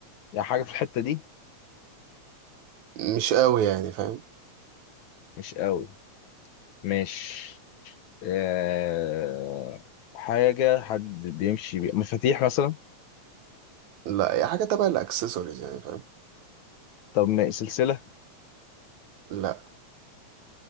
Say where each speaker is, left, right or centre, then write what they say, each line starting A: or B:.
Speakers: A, on the left; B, on the right.
A: يعني حاجه في الحته دي
B: مش قوي يعني فاهم
A: مش قوي ماشي آه... حاجه حد بيمشي بيه مفاتيح مثلا
B: لا هي حاجة تبع الاكسسوارز يعني فاهم
A: طب ما- سلسله
B: لا